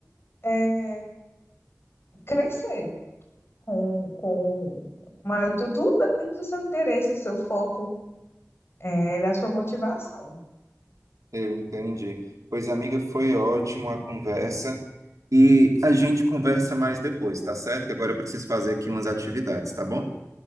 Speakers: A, on the left; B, on the right.
A: é, crescer com, com mas tu- tudo depende do seu interesse, do seu foco, é, da sua motivação.
B: Eu entendi. Pois, amiga, foi ótimo a conversa. E a gente conversa mais depois, tá certo? Que agora eu preciso fazer aqui umas atividades, tá bom?